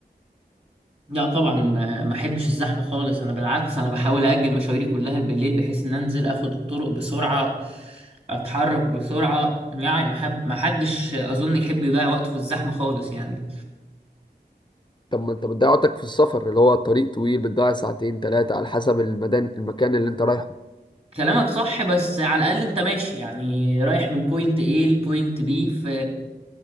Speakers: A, on the right (about 35°); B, on the left (about 25°).
A: لا طبعا آه، ما احبش الزحمه خالص انا بالعكس انا بحاول اجل مشاويري كلها بالليل بحيث ان انزل اخد الطرق بسرعه اتحرك بسرعه يعني ما حب ما حدش اظن يحب يضيع وقته في الزحمه خالص يعني
B: طب ما انت بتضيع وقتك في السفر اللي هو الطريق طويل بتضيع ساعتين تلاتة على حسب المدان المكان اللي انت رايحه
A: كلامك صح بس على الاقل انت ماشي يعني رايح من بوينت A لبوينت B في